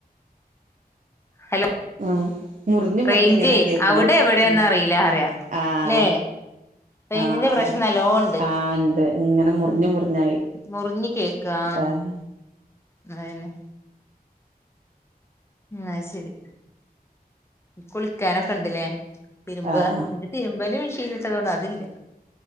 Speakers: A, on the left (about 15°); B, on the right (about 55°).
A: ഹലോ
B: ആഹ് മുറിഞ്ഞ് മുറിഞ്ഞ്
A: റൈയ്ഞ്ചേ
B: ഇങ്ങനെ കേക്ക്ണേ
A: അവിടെ ഇവടെന്നറീലന്ന
B: ഉം ആഹ്
A: ല്ലേ റൈഞ്ചിന്റെ
B: ആഹ്
A: പ്രശ്നം നല്ലോ ഇണ്ട്
B: ആഹ് ഇണ്ട് ഇങ്ങനെ മുറിഞ്ഞ്
A: ഉം
B: മുറിഞ്ഞായി
A: മുറിഞ് കേക്ക കാ
B: ആഹ്
A: അതന്നേ അയ്ശരി കുളിക്കാനൊക്കെ ഇണ്ട്ലെ തിരുമ്പ
B: ആഹ്
A: തിരുമ്പല് മിഷിൻല് ഇട്ടതോണ്ട് അതില്ല